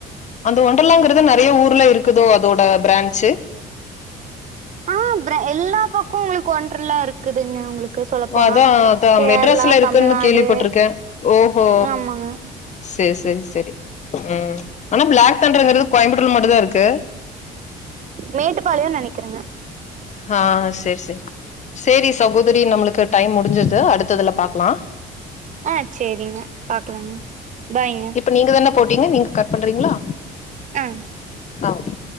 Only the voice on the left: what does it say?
அந்த ஒண்டர்லாங்கறது நறைய ஊர்ல இருக்குதோ அதோட ப்ரான்ஞ்சு
அதா அதா
மெட்ராஸ்ல இருக்குன்னு
கேள்விப்பட்ருக்கே ஓஹோ
சேரி சேரி சேரி ம் ஆனா பிளாக் தாண்டர்ங்கிறது கோயம்புத்தூர்ல மட்டுந்தா இருக்கு
ஹா சேரி சேரி சேரி சகோதரி நம்மளுக்கு டைம் முடிஞ்சுது அடுத்ததுல பாக்லா
இப்ப நீங்க தான போட்டீங்க நீங்க கட் பண்றீங்ளா
ஆ ஓகே